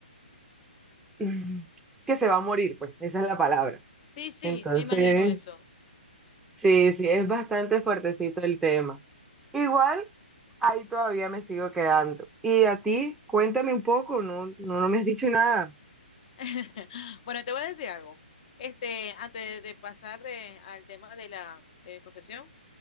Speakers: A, in the centre; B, on the left.
A: <laughs> <clears throat> que se va a morir, pues, esa es la palabra.
B: Sí, sí,
A: Entonces,
B: me imagino eso.
A: Sí, sí, es bastante fuertecito el tema. Igual, ahí todavía me sigo quedando. Y a ti, cuéntame un poco, no, no, no me has dicho nada.
B: <laughs> Bueno, te voy a decir algo. Este, antes de pasar de- al tema de la de mi profesión,